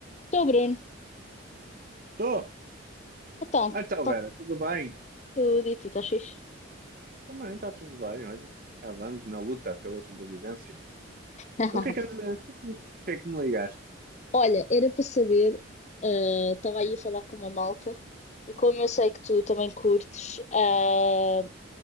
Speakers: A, on the left; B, on the right.
A: Estou, Bruno.
B: Tô.
A: Então,
B: Ah, Então,
A: está
B: Vera, tudo bem?
A: tudo e tu estás fixe?
B: Também está tudo bem, olha. Cá vamos na luta pela sobrevivência.
A: <laughs>
B: Então, o que é que, o que é que- o que é que me ligaste?
A: Olha, era para saber, eh, estava aí a falar com uma malta e como eu sei que tu também curtes ah,